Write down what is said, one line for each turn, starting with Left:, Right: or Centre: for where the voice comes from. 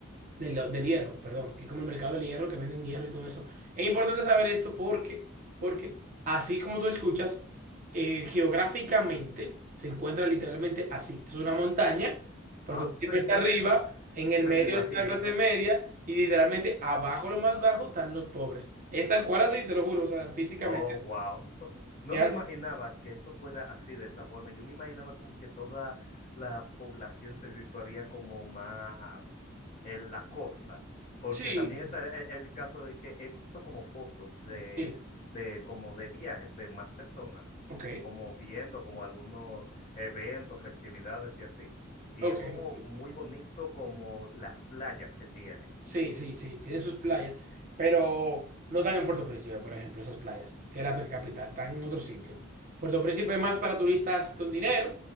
Right: del, del hierro, perdón, que es como el mercado del hierro, que venden hierro y todo eso. Es importante saber esto porque, porque así como tú escuchas, eh, geográficamente se encuentra literalmente así. Es una montaña, Puerto
Left: Ah,
Right: Príncipe
Left: sí,
Right: está
Left: me,
Right: arriba, en el
Left: Me
Right: medio
Left: lo imagino.
Right: está la clase media y literalmente abajo, lo más bajo, están los pobres. Es tal cual así, te lo juro, o sea, físicamente
Left: Oh, wow. <laughs> No
Right: es
Left: me
Right: así.
Left: imaginaba que eso fuera así de esa forma. Yo me imaginaba como que toda la población se situaría como más en la costa. Porque
Right: Sí,
Left: también está
Right: sí,
Left: e- e- el, caso de que he visto como fotos de,
Right: sí.
Left: de como de viajes de más personas,
Right: Ok,
Left: como viendo como algunos eventos, festividades y así. Y
Right: ok.
Left: es como
Right: ok.
Left: muy bonito como las playas que tiene.
Right: Sí, sí, sí, tienen sus playas, pero no están en Puerto Príncipe, por ejemplo, esas playas, que es la pe- capital, están en otro sitio. Puerto Príncipe es más para turistas con dinero,